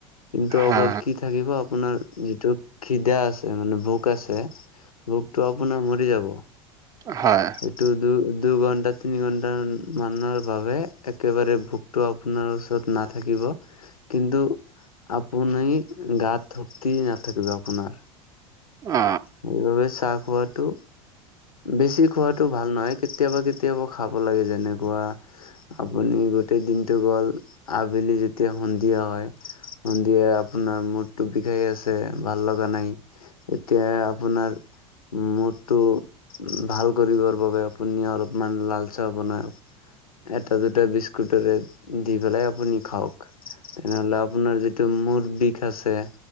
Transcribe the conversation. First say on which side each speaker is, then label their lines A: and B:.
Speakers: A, on the left; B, on the right.
A: কিন্তু
B: হা
A: অকল কি থাকিব আপোনাৰ যিটো খিদা আছে মানে ভোক আছে, ভোকটো আপোনাৰ মৰি যাব।
B: হয়।
A: এইটো দু -দুঘণ্টা, তিনি ঘণ্টা মান- মানৰ বাবে একেবাৰে ভোকতটো আপোনাৰ ওচৰত নাথাকিব। কিন্তু আপুনি গাত শক্তিয়ে নাথাকিব আপোনাৰ।
B: অ
A: সেইবাবে চাহ খোৱাটো বেছি খোৱাটো ভাল নহয়। কেতিয়াবা কেতিয়াবা খাব লাগে, যেনেকুৱা আপুনি গোটেই দিনটো গ'ল আবেলি যেতিয়া সন্ধিয়া হয়, সন্ধিয়া আপোনাৰ মূডটো বিষাই আছে, ভাল লগা নাই, এতিয়া আপোনাৰ মূডটো ভাল কৰিবৰ বাবে আপুনি অলপমান লাল চাহ বনাই এটা দুটা বিস্কুটৰে দি পেলাই আপুনি খাওক। তেনেহলে আপোনাৰ য- টো মূৰ বিষ আছে।